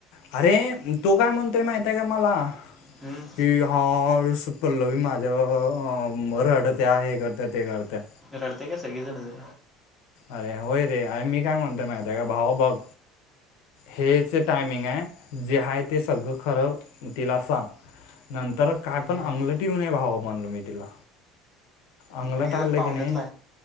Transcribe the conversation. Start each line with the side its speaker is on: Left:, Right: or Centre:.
Left: अरे तो काय म्हणतोय माहितेय का मला
Centre: हम्म.
Left: की हा असं पल्लवी माझा अं रडत्या हे करत्या ते करत्या.
Centre: रडते काय सगळे जणच
Left: अरे होय रे आणि मी काय म्हणतो माहितेय का भावा बघ, हेच टायमिंग ये, जे आहे ते सगळं खरं तिला सांग. नंतर काय
Centre: हम्म
Left: पण अंगलंठ येऊ नये भाव म्हणलो मी तिला, अंगलाट
Centre: आणि हे तर
Left: आल
Centre: पाहुण्यातला
Left: कणी